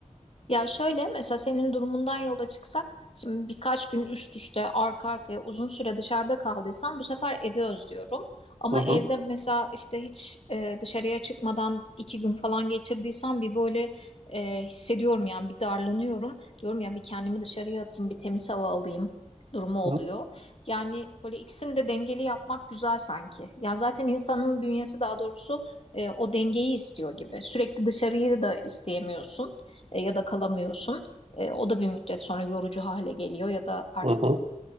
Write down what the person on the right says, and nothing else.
Hı hı,
hı
hı. hı.